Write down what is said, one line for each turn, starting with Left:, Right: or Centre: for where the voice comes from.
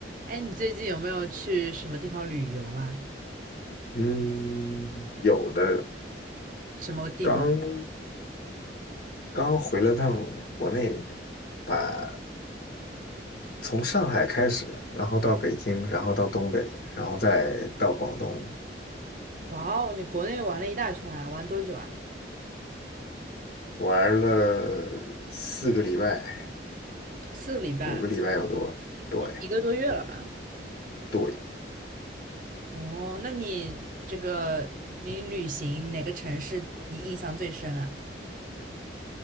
Right: 哎，你最近有没有去什么地方旅游啊？
Left: 嗯，有的，
Right: 什么地方？
Left: 刚刚回了趟国内，把从上海开始，然后到北京，然后到东北，然后再到广东，
Right: 哇哦，你国内玩了一大圈啊，玩多久啊？
Left: 玩了四个礼拜，
Right: 四个礼拜。
Left: 五个礼拜有多。对
Right: 一一个多月了吧？
Left: 对，
Right: 哦，那你这个你旅行哪个城市你印象最深啊？